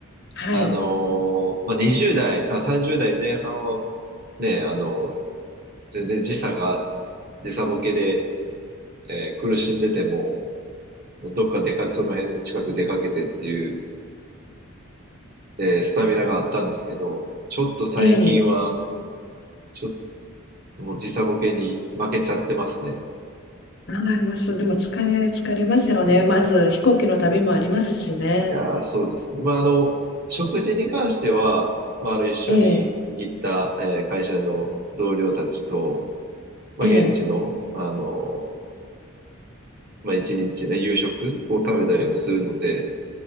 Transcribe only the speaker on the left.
はい。
ええ
はい、ます。でも疲れ、疲れますよね。まず飛行機の旅もありますしね。
ええ、
ええ、